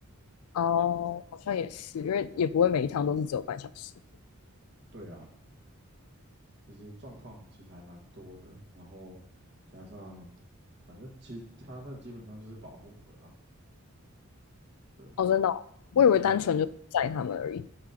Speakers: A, on the left (about 80°); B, on the right (about 50°).
A: 哦，好像也是，因为也不会每一趟都是只有半小时。
B: 对啊，就是状况其实还蛮多的，然后加上反正其他的基本上就是保姆了啊，对，
A: 哦，真的哦我以为单纯就载他们而已。
B: 嗯。